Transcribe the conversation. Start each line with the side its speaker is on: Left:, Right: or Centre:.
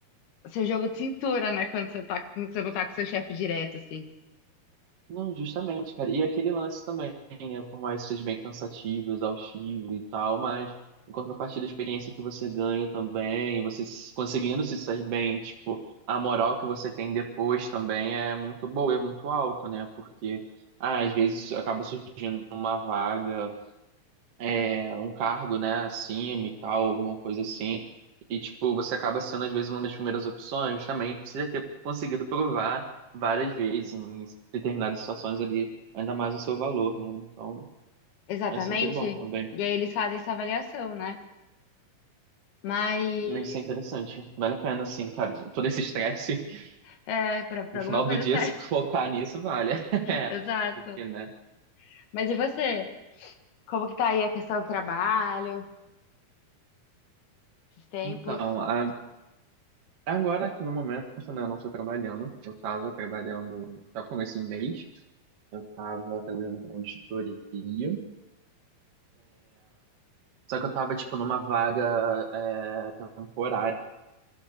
Left: o seu jogo de cintura, né? Quando você tá, quando você não tá com seu chefe direto, assim.
Right: Não, justamente, cara. E aquele lance também, né? Por mais que seja bem cansativo, exaustivo e tal, mas em contrapartida, a experiência que você ganha também, você se- conseguindo se sair bem, tipo, a moral que você tem depois também é muito boa, é muito alta, né? Porque ah, às vezes acaba surgindo uma vaga é, um cargo, né, acima e tal, alguma coisa assim. E, tipo, você acaba sendo, às vezes, uma das primeiras opções, também, por você já ter conseguido provar várias vezes em determinadas situações ali, ainda mais o seu valor, né? Então,
Left: Exatamente.
Right: é sempre bom também.
Left: E aí eles fazem essa avaliação, né? Mas
Right: Isso é interessante. Vale a pena, assim, cara. Todo esse estresse,
Left: é, pra,
Right: <laughs>
Left: pra
Right: no
Left: alguma
Right: final
Left: coisa
Right: do dia,
Left: serve.
Right: se focar nisso, vale. <laughs> É,
Left: Exato.
Right: porque, né?
Left: Mas e você? Como que tá aí a questão do trabalho, esses tempos?
Right: Então, a- agora, no momento, né, eu não estou trabalhando. Eu estava trabalhando até o começo do mês. Eu tava trabalhando com auditoria, só que eu tava, tipo, numa vaga é, temporária.